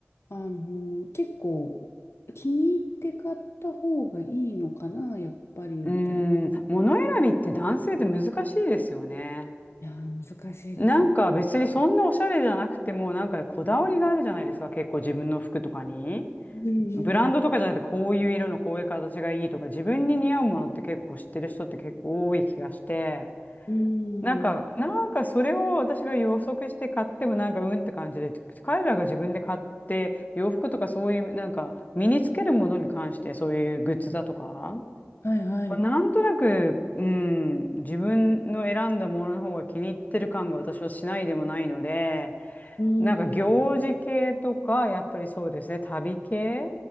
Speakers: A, on the left; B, on the left.
A: あのー結構、気に入って買った方がいいのかな、やっぱり、
B: うー
A: みたいな。い
B: ん、物選びって男性って難しいですよね。
A: やー、難しいですね。
B: なんか別にそんなおしゃれじゃなくても、なんかね、こだわりがあるじゃないですか、結構自分の服とかに。
A: うん
B: ブランドとかじゃなくて、こういう色のこういう形がいいとか、自分に似合うものって結構知ってる人って結構多い気がして、
A: うん。
B: なんか、
A: うん。
B: なんかそれを私が予測して買ってもなんかうんって感じで、彼らが自分で買って、洋服とかそういう、なんか身につけるものに関してそういうグッズだとか、
A: はいはい。
B: なんとなく、うん、自分の選んだものの方が気に入ってる感が私はしないでもないので、
A: う
B: なんか行事系とか、
A: ん。
B: やっぱりそうですね、旅系